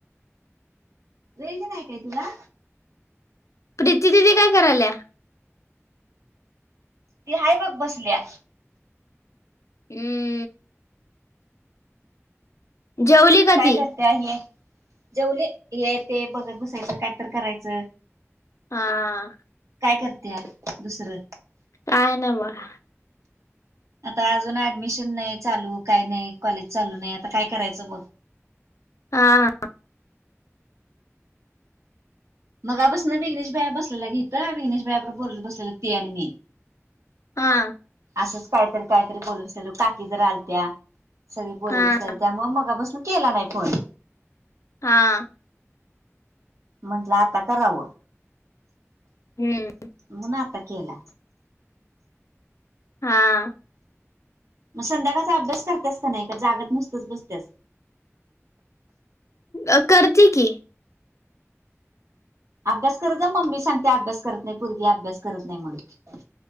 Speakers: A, on the right; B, on the left.
A: रेंज नाय काय तुला
B: प्रीती दिदी काय करायल्या
A: ती हाय बघ बसल्या.
B: <unintelligible> जेवली का
A: काय
B: ती
A: करते हे जेवली. हे ते बघत बसायचं. काय तर करायचं.
B: हां
A: काय करत्या दुसरं
B: काय नाय बघा
A: आता अजून ऍडमिशन नाही चालू काय नाही कॉलेज चालू नाही आता काय करायचं बघ
B: हा हा
A: मगा पासन विघ्नेश भायां बसलेला की इथं विघ्नेश भाया बरोबर बोलतं बसलेलं ते आणि मी
B: हां
A: असंच काहीतरी, काहीतरी बोलून सलू काकी जर आलत्या, सगळी बोलून
B: हा
A: स त्यामुळ मगापसन केला नाही फोन.
B: हा!
A: म्हंटलं आता कराव.
B: हूं!
A: म्हनून आता केला.
B: हा!
A: म संध्याकाळचा अभ्यास करत्यांस का नाही का जागत नुसत्याच बसत्यांत.
B: अ करते की.
A: अभ्यास करत जा मम्मी सांगते, अभ्यास करत नाही पोरगी अभ्यास करत नाही, म्हणून.